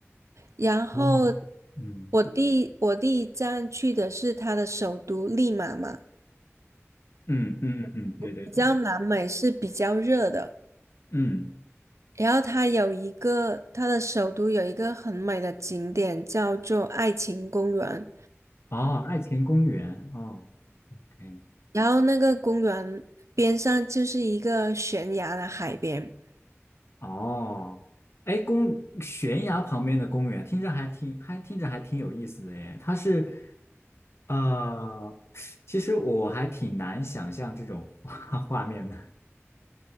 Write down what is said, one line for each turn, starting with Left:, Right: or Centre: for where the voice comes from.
Right: 然后
Left: 哦，嗯。
Right: 我第我第一站去的是它的首都利马嘛，
Left: 嗯嗯嗯嗯，对对对，
Right: 你知道南美是比较热的。
Left: 嗯，
Right: 然后它有一个，它的首都有一个很美的景点叫做爱情公园，
Left: 哦，爱情公园，哦，OK，
Right: 然后那个公园边上就是一个悬崖的海边。
Left: 哦，哎，公悬崖旁边的公园，听着还挺还听着还挺有意思的耶。它是呃，其实我还挺难想象这种画画面的。